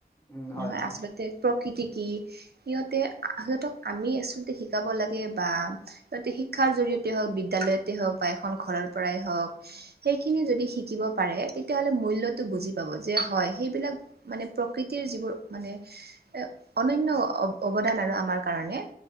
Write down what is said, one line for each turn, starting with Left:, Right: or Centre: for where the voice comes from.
Left: উম হয়
Right: নহয়
Left: হয়
Right: আচ লতে প্ৰকৃতি কি সিহঁতে সিহঁতক আমি আচলতে শিকাব লাগে বা সিহঁতি শিক্ষাৰ জৰিয়তে হওঁক বিদ্যালয়তে হওঁক বা এখন ঘৰৰ পৰাই হওঁক সেইখিনি যদি শিকিব পাৰে তেতিয়াহলে মূল্যটো বুজি পাব যে হয় সেইবিলাক মানে প্ৰকৃতিৰ যিবোৰ মানে এ অনান্য অ অৱদান আৰু আমাৰ কাৰণে